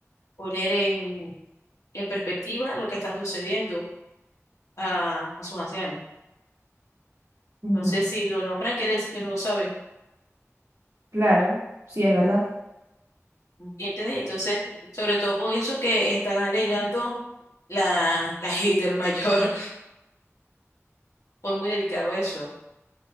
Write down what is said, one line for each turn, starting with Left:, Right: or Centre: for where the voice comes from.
Left: poner en, en perspectiva lo que está sucediendo a, a sus ancianos.
Right: ujú.
Left: Entonces, si lo nombran, quiere decir que no lo saben.
Right: Claro, sí es verdad.
Left: ¿Entiendes? Entonces, sobre todo con eso que está alegando la, la hater mayor. <laughs> Fue muy delicado eso.